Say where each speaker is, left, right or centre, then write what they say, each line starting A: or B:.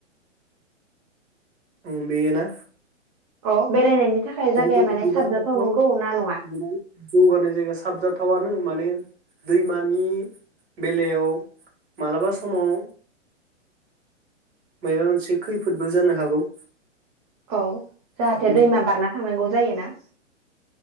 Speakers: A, on the right (about 55°); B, on the right (about 30°).
A: अ बेयो ना?
B: अ बेरायनायनि थाखाय जायगाया
A: मान्थलि
B: माने
A: बिबाराथ'
B: साबजाथाव नंगौ ना नङा?
A: गोबां जौगानाय जायगा साबजाथावानो माने दैमानि बेलायाव मालाबा समाव मायबा मोनसे खैफोदबो जानो हागौ।
B: औ जाहाथे
A: आरो
B: दैमा बारना थांनांगौ जायो ना?